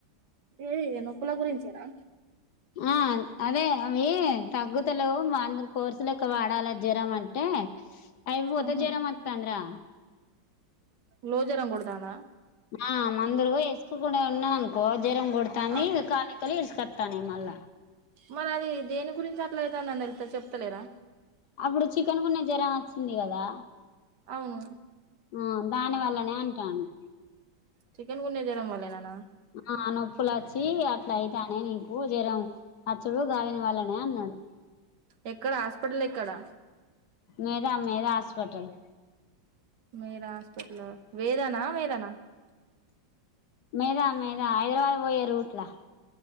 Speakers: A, on the right; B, on the left.
A: ఏ ఇనపరాద చీనా
B: ఆ అవే అవి తగ్గుతలేవు మందులు కోర్సులుకు వాడాలి జరం అంటే అయిపోతే
A: ఆహా
B: జరం వత్తాండే
A: లో జరం కొడుతాంద
B: ఆ మందులు వేసుకోకుండా ఉన్నాననుకో జరం కొడుతాంది
A: ఆ
B: ఇంగ కాలి కెళ్లి తీస్కొత్త నేను మళ్ళ
A: మరి అది దేని గురించి అట్ల అవుతుందని వెళ్తే చెప్తలేరా
B: అప్పుడు చికెన్ గున్యా జ్వరం వచ్చింది కదా
A: అవును
B: మ్మ్ దాని వల్లనే అంటాండు
A: చికెన్ గున్యా జ్వరం వల్లేనా
B: ఆ నొప్పులు వచ్చి అట్లా అయితా నే నీకు జరం అచ్చులు కాదని వాళ్ళనే అన్నాడు
A: ఎక్కడ హాస్పిటల్ ఎక్కడా
B: మేరా మేరా హాస్పిటల్
A: మేరా హాస్పిటలా వేదా నా మేధా నా
B: మేధా మేధా హైదరాబాద్ పోయే రూట్లా